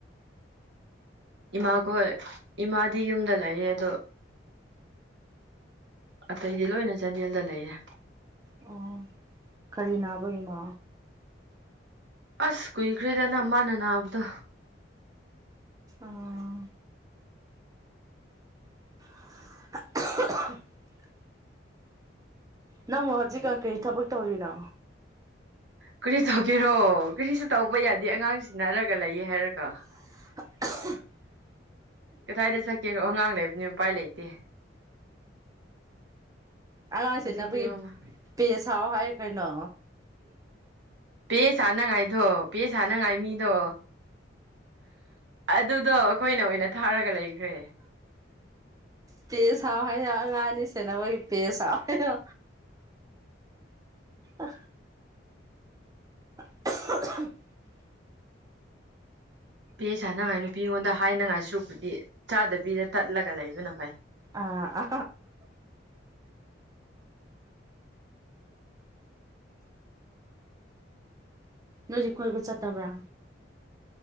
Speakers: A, on the right; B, on the right.
A: ꯏꯃꯥꯈꯣꯏ ꯏꯃꯥꯗꯤ ꯌꯨꯝꯗ ꯂꯩꯌꯦ ꯑꯗꯣ ꯑꯇꯩꯗꯤ ꯂꯣꯏꯅ ꯆꯥꯟꯗꯦꯜꯗ ꯂꯩꯌꯦ
B: ꯑꯣ ꯀꯔꯤ ꯅꯥꯕꯒꯤꯃ
A: ꯑꯁ ꯀꯨꯏꯈ꯭ꯔꯦꯗꯅ ꯃꯥꯅ ꯅꯥꯕꯗꯣ
B: ꯑꯥ <unintelligible> ꯅꯪꯃꯣ ꯍꯧꯖꯤꯛ ꯀꯩ ꯊꯕꯛ ꯇꯧꯔꯤꯅꯣ
A: ꯀꯔꯤ ꯇꯧꯒꯦꯔꯣ ꯀꯔꯤꯁꯨ ꯇꯧꯕ ꯌꯥꯗꯦ ꯑꯉꯥꯡꯁꯤ ꯅꯔꯒ ꯂꯩꯌꯦ ꯍꯥꯏꯔꯒ
B: <unintelligible>
A: ꯀꯗꯥꯏꯗ ꯆꯠꯀꯦꯅꯣ ꯑꯉꯥꯡ ꯂꯩꯕꯅꯤ ꯎꯄꯥꯏ ꯂꯩꯇꯦ
B: ꯑꯉꯥꯡꯁꯤ
A: ꯍꯧꯖꯤꯛꯇꯤ
B: ꯅꯕꯨꯒꯤ
A: ꯃꯃꯥ
B: ꯄꯦ ꯁꯥꯎ ꯍꯥꯏ ꯀꯩꯅꯣ
A: ꯄꯦ ꯁꯥꯥꯟꯅꯉꯥꯏꯗꯣ ꯄꯦ ꯁꯥꯟꯅꯉꯥꯏ ꯃꯤꯗꯣ ꯑꯗꯨꯗꯣ ꯑꯩꯈꯣꯏꯅ ꯑꯣꯏꯅ ꯊꯥꯔꯒ ꯂꯩꯈ꯭ꯔꯦ
B: ꯄꯦ ꯁꯥꯎ ꯍꯥꯏꯔ ꯑꯉꯥꯡ ꯑꯅꯤ ꯁꯦꯅꯕꯒꯤ ꯄꯦ ꯁꯥꯎ ꯍꯥꯏꯔ ꯑ <unintelligible>
A: ꯄꯦ ꯆꯥꯅꯉꯥꯏ ꯅꯨꯄꯤ ꯑꯩꯉꯣꯟꯗ ꯍꯥꯏꯅꯉꯥꯏ ꯁꯨꯔꯨꯛꯄꯨꯗꯤ ꯆꯥꯗꯕꯤꯗ ꯇꯠꯂꯒ ꯂꯩꯕꯅ ꯐꯩ
B: ꯑꯥ ꯑ ꯍꯧꯖꯤꯛ ꯀꯣꯏꯕꯨ ꯆꯠꯇꯕ꯭ꯔꯥ